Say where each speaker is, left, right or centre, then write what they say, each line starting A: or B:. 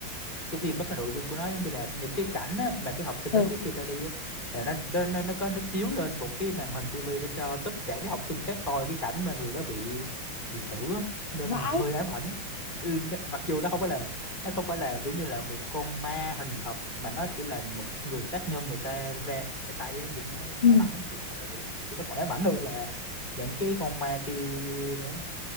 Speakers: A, on the left; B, on the left.
A: cái phim đó cái nội dung của nó giống như là những cái cảnh á, mà cái học sinh
B: Ờ.
A: đó trước khi ra đi á, là nó nó nó nó có nó chiếu lên một cái màn hình tivi để cho tất cả các học sinh khác coi cái cảnh mà người đó bị bị xử á. nên
B: vãi
A: là hơi ám ảnh ừ, nó- mặc dù nó không phải là nó không phải là kiểu như là một con ma hình thật mà nó chỉ là một người sát nhân người ta ra tay á nhìn nó
B: ừ.
A: ám ảnh lắm chị coi mấy cái phim nó còn ám ảnh hơn là những cái con ma kia nữa